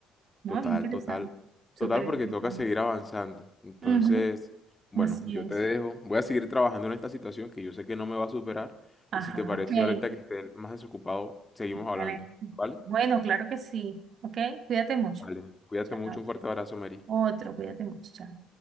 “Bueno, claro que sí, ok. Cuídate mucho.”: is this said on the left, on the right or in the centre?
Right